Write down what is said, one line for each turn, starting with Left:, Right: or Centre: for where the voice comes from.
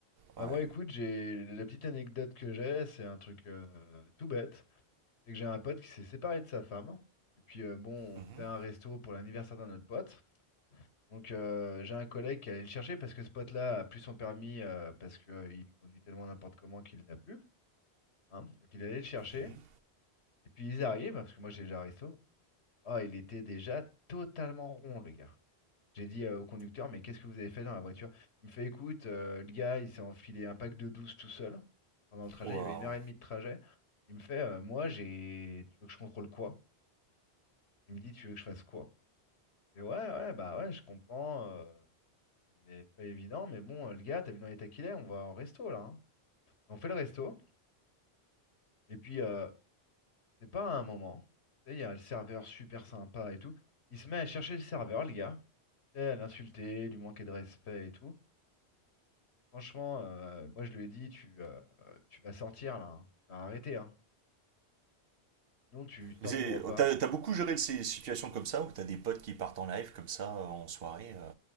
Left: Bah
Right: ouais, ouais.
Left: moi, écoute, j'ai la petite anecdote que j'ai, c'est un truc euh, tout bête, c'est que j'ai un pote qui s'est séparé de sa femme. Et puis euh, bon,
Right: Mhm,
Left: on faisait un resto pour l'anniversaire d'un autre pote. Donc euh, j'ai un collègue qui allait le chercher parce que ce pote-là a plus son permis euh, parce qu'il conduit tellement n'importe comment qu'il l'a plus. hein. Donc il allait le chercher.
Right: mhm.
Left: Et puis ils arrivent, parce que moi j'ai déjà un resto. Oh, il était déjà totalement rond, le gars. J'ai dit euh, au conducteur, mais qu'est-ce que vous avez fait dans la voiture? Il me fait, écoute, euh, le gars, il s'est enfilé un pack de 12 tout seul. Pendant le trajet,
Right: Waouh.
Left: il y avait une heure et demie de trajet. Il me fait, euh, moi, j'ai. Tu veux que je contrôle quoi? Il me dit, tu veux que je fasse quoi? Je fais, ouais, ouais, bah ouais, je comprends. euh, c'est pas évident, mais bon, euh, le gars, t'as vu dans l'état qu'il est, on va au resto, là. hein. On fait le resto. Et puis, euh, c'est pas à un moment. Tu sais, il y a le serveur super sympa et tout. Il se met à chercher le serveur, le gars. Tu sais, à l'insulter, lui manquer de respect et tout. Franchement, euh, moi je lui ai dit, tu, euh, tu vas sortir là, hein. Tu vas arrêter, hein. Sinon tu sors
Right: Mais c'est-
Left: du repas.
Right: t'as t'as beaucoup géré ces situations comme ça où t'as des potes qui partent en live comme ça euh, en soirée. euh,